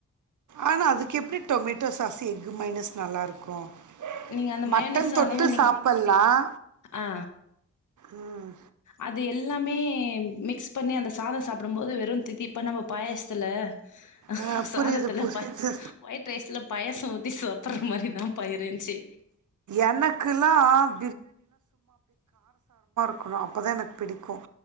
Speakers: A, on the right; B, on the left.
A: ஆனா அதுக்கு எப்படி டொமேட்டோ சாஸ் எக் மையோனஸ் நல்லா இருக்கும்
B: நீங்க அந்த
A: மட்டன்
B: மயனஸு
A: தொட்டு
B: அதுவு நீங்
A: சாப்பலாம்
B: ஆ
A: உம்
B: அது எல்லாமே மிக்ஸ் பண்ணி அந்த சாதம் சாப்பிடும் போது வெறும் தித்திப்பா இப்ப நம்ம பாயசத்துல ஹ
A: அஹ், புரியுது
B: சாதத்துல
A: புரியுது
B: ப ஒயிட் ரைஸ்ல பாயசத ஊத்தி சாப்பற அ மாதிரிதான் பா இருந்துச்சு
A: எனக்குலாம் ணும் அப்பதான் எனக்கு பிடிக்கும்